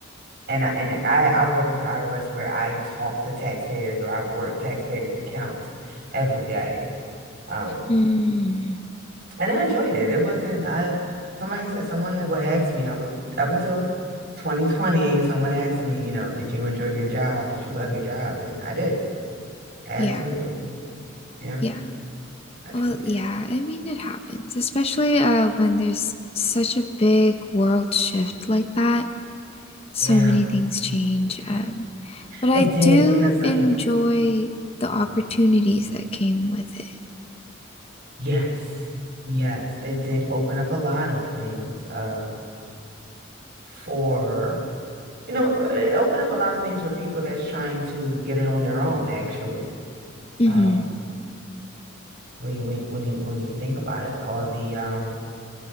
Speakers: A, on the right (about 55°); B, on the left (about 30°).
A: and I and like, I I was working for the IRS where I talk to taxpayers or I work taxpayers' accounts every day. Um,
B: Mm,
A: and I enjoyed it. It wasn't I somebody said someone that would ask me, I would up until 2020, someone asked me, you know, did you enjoy your job? Did you love your job? And I did. Absolutely.
B: yeah,
A: Yeah,
B: yeah.
A: I truly
B: Well,
A: did.
B: yeah, I mean it happens, especially uh when there's such a big world shift like that. so
A: Yeah,
B: many things change. Um, but I
A: it did
B: do
A: because like
B: enjoy the opportunities that came with it.
A: Yes, yes, it did open up a lot of things uh for you know it opened up a lot of things for people that's trying to get it on their own actually.
B: hmm
A: Um when you when you when you when you think about it, all the um